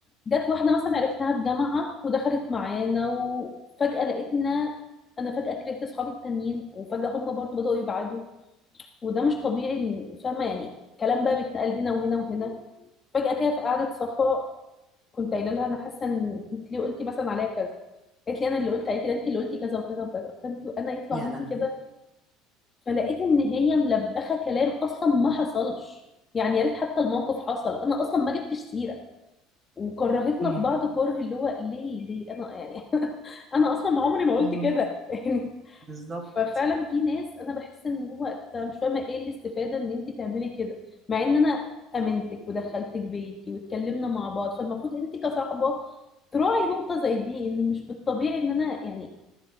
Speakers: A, on the left; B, on the right.
A: جت واحده مثلا عرفناها في جامعه ودخلت معانا وفجاه لقيتنا انا فجاه كرهت اصحابي التانيين وفجاه هم برضو بداوا يبعدوا وده مش طبيعي إن- فاهمه يعني الكلام بقى بيتنقل هنا وهنا وهنا فجأة كده في قعدة صفاء كنت قايله لها انا حاسه ان انت ليه قلتي مثلا عليا كذا قالت لي انا اللي قلت عليكي ده انت اللي قلتي كذا وكذا وكذا فانت وانا يطلع
B: يا
A: مني
B: لهوي
A: كده فلقيت ان هي ملبخه كلام اصلا ما حصلش يعني يا ريت حتى الموقف حصل انا اصلا ما جبتش سيره وكرهتنا
B: امم
A: في بعض كره اللي هو ليه ليه انا يعني <laughs> انا اصلا عمري ما قلت
B: أمم.
A: كده <laughs>
B: بالظبط
A: ففعلا في ناس انا بحس ان هو أنا مش فاهمه ايه الاستفاده ان انت تعملي كده مع ان انا امنتك ودخلتك بيتي واتكلمنا مع بعض فالمفروض انت كصاحبه تراعي نقطه زي دي ان مش بالطبيعي ان انا يعني